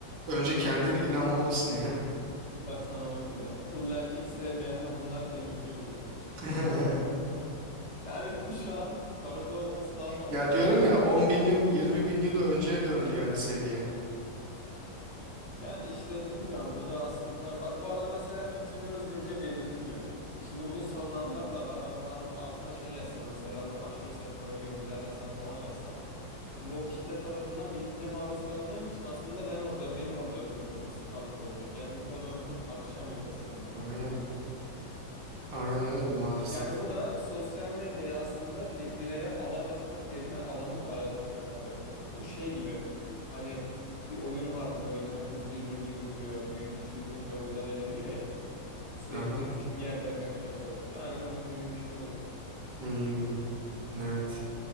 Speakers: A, on the right (about 85°); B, on the left (about 40°).
A: Önce
B: Bak.
A: kendine inanmalısın yani.
B: Bak sana ne okuyacağım. Kıllı erkek sevmeyen kadınlar tehlikelidir.
A: <laughs>
B: Yani <laughs> şu an parodi olması daha mantıklı
A: Ya diyorum
B: geldi
A: ya
B: bana.
A: 10 bin yıl 20 bin yıl önceye döndü yani seviye.
B: Yani işte bilmiyorum bu da aslında bak bu adam mesela fikrini özgürce belirtiyor. Şimdi bunu savunanlar da var ama ben altına şey yazsam mesela bu aşırı saçma ne diyorsun birader sen falan yazsam. Şimdi o kitle tarafından bilince maruz kalacağım için aslında ben orada benim orada özgürlüğüm kısıtlanmış olacak. Yani bu konuyu oturup tartışamayacağız seninle konuştuğumuz
A: Aynen.
B: gibi.
A: Aynen öyle maalesef.
B: Yani bu da sosyal medyaya aslında bir bireye alan açmak yerine alanı daraltıyor daha da çok. Bu şey gibi hani bir oyun vardı böyle herkes birbirini yutuyor. Büyük küçüğü yutunca oyundan eleniyor ya. Sürekli
A: Aha.
B: küçük bir yerlere kaçmaya çalışıyor. Aynı onun gibi bir şey oluyor işte.
A: Hmm. Evet.